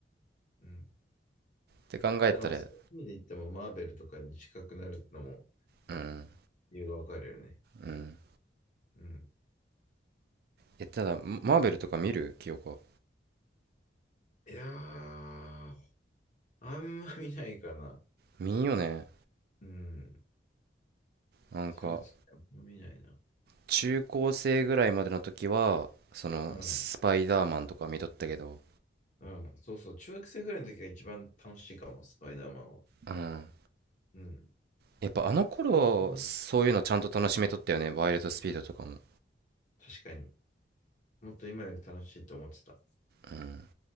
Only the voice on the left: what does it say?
うん。
だから、そういう意味で言っても、マーベルとかに近くなるのも
理由がわかるよね。
うん。
いやー、あんま見ないかな。
うん。
正直、あんま見ないな。
うん。うん。そうそう。中学生ぐらいの時が一番楽しいかも、スパイダーマンは。
うん。
それぐらいの、うん。確かに。もっと今より楽しいと思ってた。